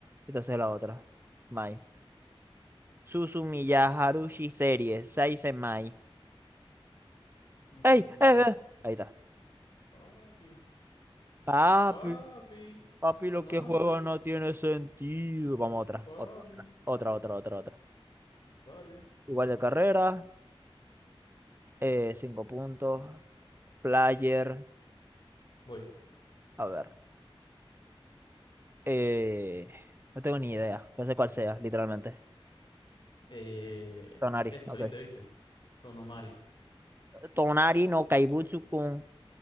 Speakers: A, on the right; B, on the left.
A: Entonces la otra. Mai. Susumiya Haruhi Serie, Seisen Mai.
B: Mm,
A: ¡Ey! ¡Eh, eh! Ahí está.
B: papi.
A: Papi,
B: Papi.
A: papi, lo
B: Ganaste.
A: que juego no tiene sentido. Vamos, otra,
B: Papi.
A: otra, otra, otra, otra, otra, otra.
B: Dale.
A: Igual de carrera, eh, cinco puntos, player.
B: Voy.
A: A ver, eh, no tengo ni idea. No sé cuál sea, literalmente.
B: Eh,
A: Tonari,
B: esa,
A: ok.
B: viste, viste. Sonomari.
A: Tonari no Kaibutsu-kun